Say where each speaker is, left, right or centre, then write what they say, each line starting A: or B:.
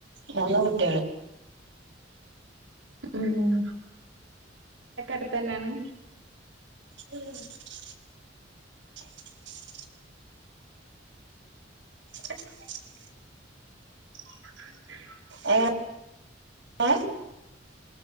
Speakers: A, on the right; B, on the right.
A: മൂന്ന് കുട്ടികള്
B: ഉം എക്കെ അടുത്ത് തന്നെയാണ്
A: <unintelligible> <unintelligible>
B: <unintelligible>
A: യെങ്ങനെ ഏ